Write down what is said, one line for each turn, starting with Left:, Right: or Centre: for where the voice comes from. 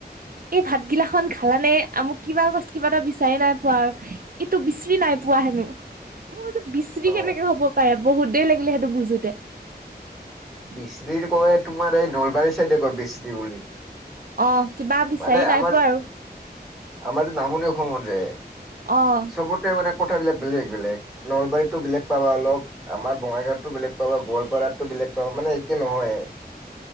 Right: এই ভাতগিলা খন খালানে? আ মোক কিবা কৈছ- কিবা এটা বিচাৰি নাই পোৱা আৰু, এইটো বিচৰি নাই পোৱা হেনো বিচৰি
Centre: অ
Right: কেনেকে হ'ব পাৰে বহুত দেৰি লাগিলে সেইটো বুজোতে।
Centre: বিচৰি কয় তোমাৰ এই নলবাৰী চাইডে কয় বিচৰি বুলি।
Right: অ'। কিবা বিচাৰি
Centre: মানে
Right: নাই
Centre: আমাৰ
Right: পোৱা আৰু
Centre: আমাৰ যে নামনি অসমত যে
Right: অ',
Centre: চবতে মানে কথাবিলাক বেলেগ বেলেগ, নলবাৰীতো বেলেগ পাবা অলপ, আমাৰ বঙাইগাঁৱতো বেলেগ পাবা, গোৱালপাৰাতো বেলেগ পাবা, মানে একে নহয়